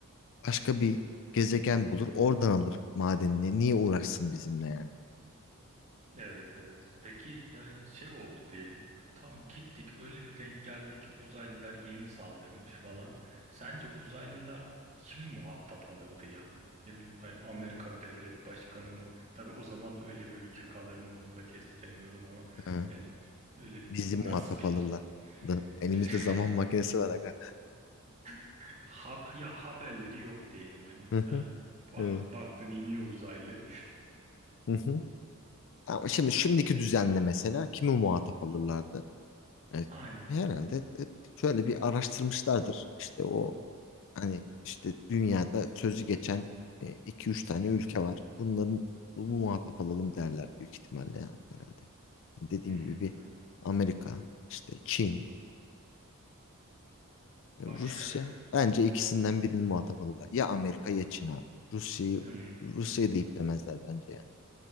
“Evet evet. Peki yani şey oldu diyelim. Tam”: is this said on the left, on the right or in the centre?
Right